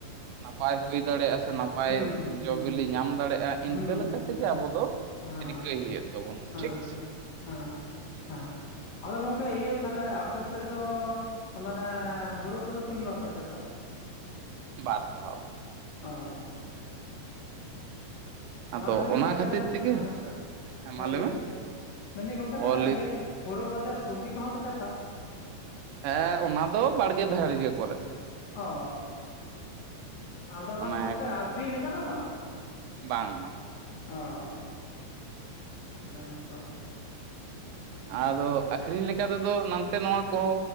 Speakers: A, on the right; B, on the left.
A: ᱱᱟᱯᱟᱭ ᱦᱩᱭ ᱫᱟᱲᱮᱭᱟᱜᱼᱟ ᱥᱮ <unintelligible> ᱱᱟᱯᱟᱭ
B: ᱦᱩᱸ ᱦᱩᱸ
A: ᱡᱚ
B: ᱦᱩᱸ
A: ᱵᱤᱞᱤ ᱧᱟᱢ ᱫᱟᱲᱮᱭᱟᱜᱼᱟ ᱤᱱᱠᱟᱹ
B: ᱦᱩᱸ
A: ᱞᱮᱠᱟᱛᱮᱜᱮ
B: ᱦᱮᱸ
A: ᱟᱵᱚ ᱫᱚ
B: ᱦᱮᱸ
A: ᱨᱤᱠᱟᱹᱭ ᱦᱩᱭᱩᱜ ᱛᱟᱵᱚᱱᱟ
B: ᱦᱮᱸ
A: ᱴᱷᱤᱠ
B: ᱦᱮᱸ
A: ᱥᱮ
B: ᱦᱮᱸ ᱦᱮᱸ ᱟᱫᱚ ᱜᱚᱢᱠᱮ ᱤᱭᱟᱹ ᱛᱟᱦᱚᱞᱮ ᱟᱯᱮ ᱥᱮᱫ ᱫᱚ ᱢᱟᱱᱮ ᱦᱩᱲᱩ ᱠᱚᱫᱚ ᱛᱤᱱ ᱵᱟᱨ ᱯᱮ ᱪᱟᱥᱟ?
A: ᱵᱟᱨ ᱫᱷᱟᱣ
B: ᱚ
A: ᱟᱫᱚ
B: ᱟᱨᱚ ᱢᱮᱱᱮᱫᱟᱹᱧ
A: ᱚᱱᱟ
B: ᱜᱚᱝᱠᱮ
A: ᱠᱷᱟᱹᱛᱤᱨ
B: ᱛᱟᱦᱮ
A: ᱛᱮᱜᱮ
B: ᱦᱮᱸ
A: ᱚᱱᱠᱟ ᱢᱟ
B: ᱦᱮᱸ ᱞᱟᱹᱭ
A: ᱢᱮ
B: ᱵᱤᱱ ᱢᱮᱱ ᱫᱟᱹᱧ ᱜᱚᱝᱠᱮ ᱛᱟᱦᱚᱞᱮ
A: ᱚᱞᱤ
B: ᱤᱭᱟᱹ ᱦᱚᱲᱚ ᱵᱟᱫᱮ ᱥᱚᱵᱽᱡᱤ ᱠᱚᱦᱚᱸ ᱯᱮ ᱪᱟᱥᱟ?
A: ᱦᱮᱸ ᱚᱱᱟ ᱫᱚ ᱵᱟᱲᱜᱮ ᱫᱷᱟᱨᱜᱮ ᱠᱚᱨᱮ
B: ᱚ ᱟᱫᱚ
A: ᱢᱟᱱᱮ
B: ᱵᱟᱝ ᱜᱚᱝᱠᱮ ᱟᱠᱷᱨᱤᱧ ᱞᱮᱠᱟ ᱫᱚ ᱵᱟᱝ
A: ᱵᱟᱝ ᱵᱟᱝ
B: ᱚ ᱦᱮ ᱛᱚ
A: ᱟᱫᱚ ᱟᱹᱠᱷᱨᱤᱧ ᱞᱮᱠᱟ ᱛᱮᱫᱚ ᱱᱟᱱᱛᱮ ᱱᱚᱣᱟ ᱠᱚ